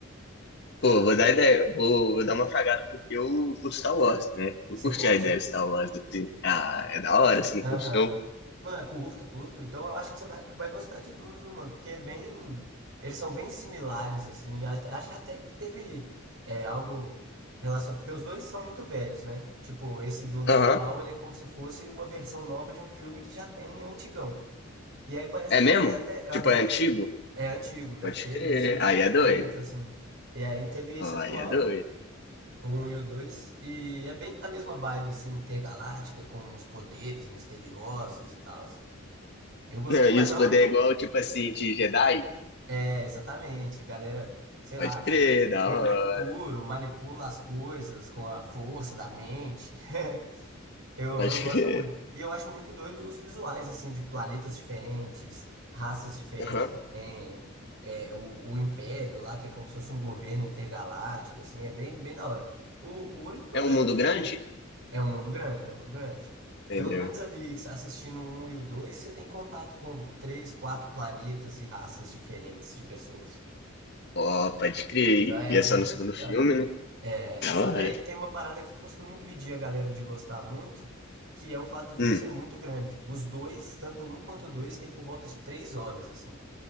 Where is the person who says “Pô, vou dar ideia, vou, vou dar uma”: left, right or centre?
Left